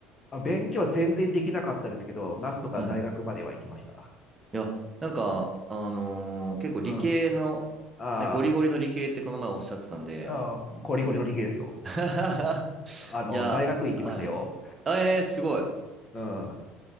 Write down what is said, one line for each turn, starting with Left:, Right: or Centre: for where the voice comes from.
Left: あ、勉強は全然できなかったですけど、なんとか大学までは行きました。
Right: はい。いや、なんか、あのー結構理系の、
Left: うん。
Right: ね、ゴリゴリの理系ってこの前おっしゃってたんで、
Left: ああああゴリゴリの理系ですよ。
Right: <laughs>
Left: あの、
Right: いや、
Left: 大学院行きましたよ。
Right: はい。ええー、すごい。
Left: うん。